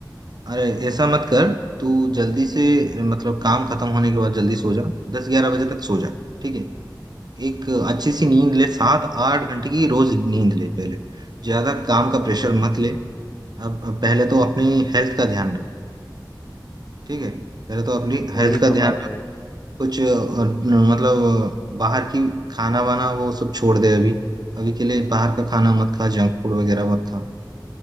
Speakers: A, on the right; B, on the left.
A: अरे ऐसा मत कर तू जल्दी से मतलब काम खत्म होने के बाद जल्दी सो जा दस ग्यारह बजे तक सो जा ठीक है एक अच्छी सी नींद ले सात आठ घंटे की रोज नींद ले पहले ज्यादा काम का प्रेशर मत ले अब अब पहले तो अपनी हेल्थ का ध्यान रख ठीक है पहले तो अपनी हेल्थ
B: वही
A: का
B: तो
A: ध्यान
B: बात
A: रख
B: है
A: कुछ अ, न- मतलब बाहर की खाना वाना वो सब छोड़ दे अभी अभी के लिए बाहर का खाना मत खा जंक फूड वगैरह मत खा